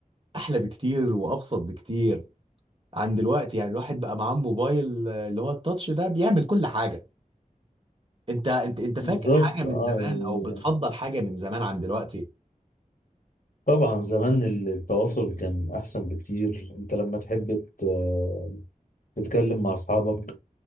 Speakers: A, on the right; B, on the left.
A: احلى بكتير وابسط بكتير عن دلوقتي يعني الواحد بقى معاه موبايل آه، اللي هو التاتش ده بيعمل كل حاجة انت انت انت فاكر
B: بالظبط
A: حاجة من
B: اه
A: زمان او بتفضل
B: يعني
A: حاجة من زمان عن دلوقتي
B: طبعا زمان التواصل كان احسن بكتير انت لما تحب ت- تتكلم مع اصحابك